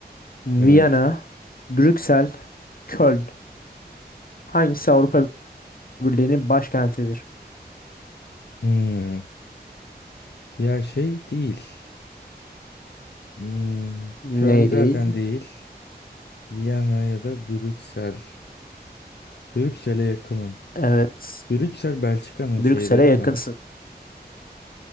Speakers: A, on the left; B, on the left.
A: Viyana,
B: Evet.
A: Brüksel, Köln. Hangisi Avrupa Birliği'nin başkentidir?
B: Hmm. Ya şey değil. Hmm. Köln
A: Ney
B: zaten
A: değil?
B: değil. Viyana ya da Brüksel. Brüksel'e yakınım.
A: Evet.
B: Brüksel Belçika'nın
A: Brüksel'e
B: şeyde değil
A: yakınsın.
B: mi?